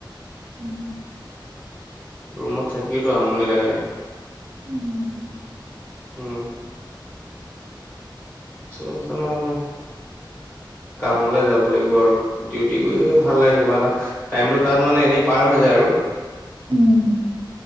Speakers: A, on the right; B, on the left.
A: উম!
B: ৰুমত থাকিওতো আমনি লাগে।
A: উম! <inaudible>
B: উম! চ সেইকাৰণে মানে কামলে যাব লাগিব আৰু। ডিউটি কৰিয়ে ভাল লাগে কিবা এটা টাইমটো তাত মানে এনেই পাৰ হৈ যায় আৰু।
A: উম!